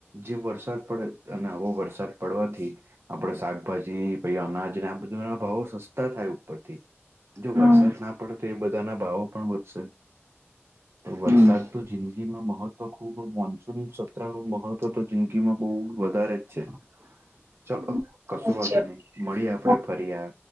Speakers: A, on the right; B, on the right.
A: જે વરસાદ પડે અને આવો વરસાદ પડવાથી આપણેે શાકભાજી ભાઈ અનાજને આ બધા ના ભાવો સસ્તા થાય ઉપરથી જો
B: હા
A: વરસાદ ના પડે તો બધાના ભાવો પણ વધશે તો વરસાદ
B: હમ.
A: તો જિંદીમાં મહત્વ ખૂબ મોનસૂન સત્ર ન મહત્વ તો જિંદગીમાં બહુ વધારે જ છે
B: <inaudible>
A: ચાલો કસો
B: સાચી
A: વાંધ નહી મળીએ આપણે
B: વાત.
A: ફરી આ